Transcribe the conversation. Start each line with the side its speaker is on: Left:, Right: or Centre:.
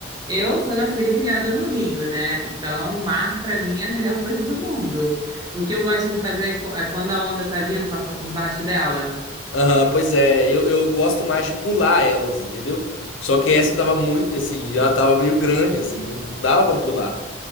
Right: eu sou nascida e criada no Rio, né? Então, o mar para mim é a melhor coisa do mundo. O que eu gosto de fazer é qu- é quando a onda tá vindo, passar por baixo dela.
Left: Aham, pois é, eu, eu gosto mais de pular elas, entendeu? Só que essa tava muito, assim, ela tava meio grande, assim, não, não dava pra pular.